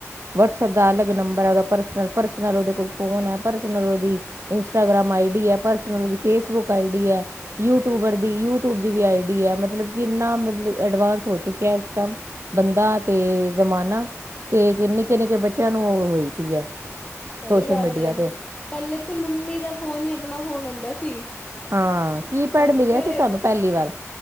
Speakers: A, on the right; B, on the left.
A: ਵਟਸਐਪ ਦਾ ਅਲੱਗ ਨੰਬਰ ਐ ਓਹਦਾ ਪਰਸਨਲ- ਪਰਸਨਲ ਉਹਦੇ ਕੋਲ ਫ਼ੋਨ ਐ, ਪਰਸਨਲ ਓਹਦੀ, ਇੰਸਟਾਗ੍ਰਾਮ ਆਈ ਡੀ ਹੈ, ਪਰਸਨਲ ਫੇਸਬੁੱਕ ਆਈ ਡੀ ਹੈ। ਯੂਟਿਊਬਰ ਦੀ ਯੂਟਿਊਬ ਦੀ ਵੀ ਆਈਡੀ ਹੈ, ਮਤਲਬ ਕਿ ਇੰਨਾ ਮਤਲਬ ਐਡਵਾਂਸ ਹੋ ਚੁੱਕਿਆ ਇਸ ਟਾਈਮ। ਬੰਦਾ ਤੇ ਜ਼ਮਾਨਾ ਤੇ ਨਿੱਕੇ -ਨਿੱਕੇ ਬੱਚਿਆਂ ਨੂੰ ਉਹ ਹੋਈ ਪਈ ਹੈ।
B: ਸਹੀ
A: ਸੋਸ਼ਲ
B: ਗੱਲ
A: ਮੀਡੀਆ
B: ਹੈ!
A: ਤੇ
B: ਪਹਿਲੇ ਤੇ ਮੰਮੀ ਦਾ ਫ਼ੋਨ ਹੀ ਆਪਣਾ ਫ਼ੋਨ ਹੁੰਦਾ ਸੀ।
A: ਹਾਂ! ਕੀਪੈਡ
B: ਹੁਣ
A: ਮਿਲਿਆ
B: ਤੇ
A: ਸੀ ਸਾਨੂੰ ਪਹਿਲੀ ਵਾਰ